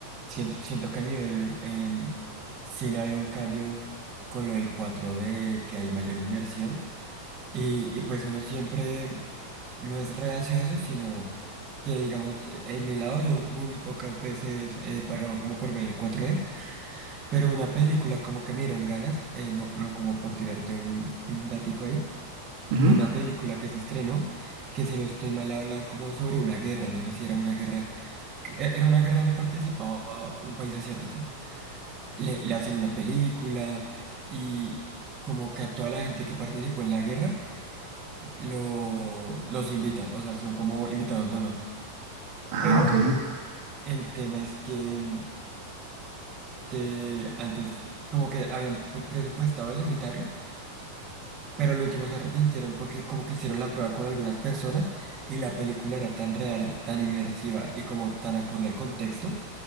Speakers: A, on the right; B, on the right.
A: Siento, siento que a nivel em, cine había un cambio con lo del cuatro d que hay mayor inmersión. Y, y pues uno siempre no es reacio a eso, sino que digamos, eh, en mi lado yo muy pocas veces he pagado como por ver el cuatro d pero una película como que me dieron ganas, eh, no, no como por tirarte un, un datico ahí.
B: Ujú.
A: Una película que se estrenó, que si no estoy mal habla como sobre una guerra, no sé si era una guerra que e- Era una guerra donde participaba un país asiático. Le, le hacen una película y como que a toda la gente que participó en la guerra eh, lo, los invitan, o sea, son como invitados de honor.
B: Ah,
A: Pero
B: ok.
A: el tema es que, mm, que antes como que habían pu- presupuestado eso, invitarlo, pero al último se arrepintieron porque como que hicieron la prueba con algunas personas y la película era tan real, tan inmersiva y como tan acorde al contexto